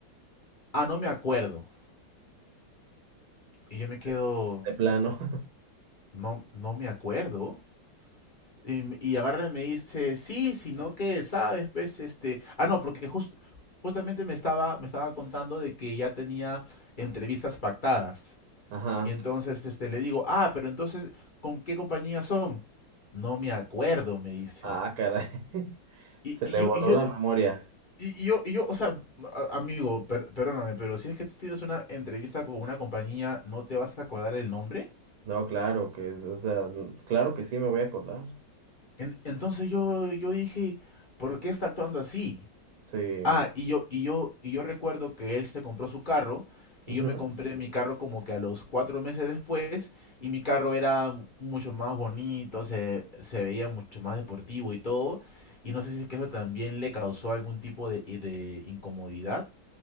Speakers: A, on the left; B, on the right.
A: Ah, no me acuerdo. Y yo me quedo,
B: de, de plano,
A: no, no me acuerdo. Y, m- y agarra y me dice, sí, sino que, sabes, pues, este, ah, no, porque jus- justamente me estaba, me estaba contando de que ya tenía entrevistas pactadas.
B: <laughs> ajá,
A: Y entonces, este, le digo, ah, pero entonces, ¿con qué compañía son? No me acuerdo, me dice.
B: ah, caray, <laughs>
A: Y,
B: se
A: y
B: le
A: yo,
B: borró
A: y yo,
B: la memoria.
A: Y, y yo, y yo, o sea, a- amigo, per- perdóname, pero si es que tú tienes una entrevista con una compañía, ¿no te vas a acordar el nombre?
B: No, claro que, es- o sea, mm, claro que sí me voy a acordar.
A: En- entonces yo, yo dije, ¿por qué está actuando así?
B: Sí,
A: Ah, y yo, y yo, y yo recuerdo que él se compró su carro
B: ujú,
A: y yo me compré mi carro como que a los cuatro meses después y mi carro era m- mucho más bonito, se, se veía mucho más deportivo y todo. Y no sé si es que eso también le causó algún tipo de, de incomodidad